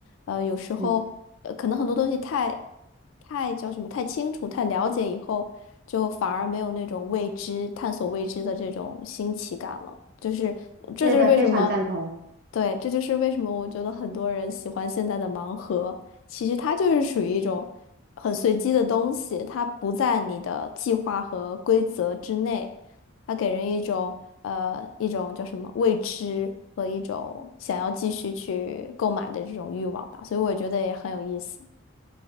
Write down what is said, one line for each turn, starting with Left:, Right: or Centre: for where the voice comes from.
Left: 呃，有时候呃，
Right: 嗯，
Left: 可能很多东西太太叫什么太清楚、太了解以后，就反而没有那种未知、探索未知的这种新奇感了。就是这就是为什么，
Right: 对的，非常赞同。
Left: 对，这就是为什么我觉得很多人喜欢现在的盲盒，其实它就是属于一种很随机的东西，它不在你的计划和规则之内。它给人一种呃一种叫什么未知和一种想要继续去购买的这种欲望吧，所以我觉得也很有意思。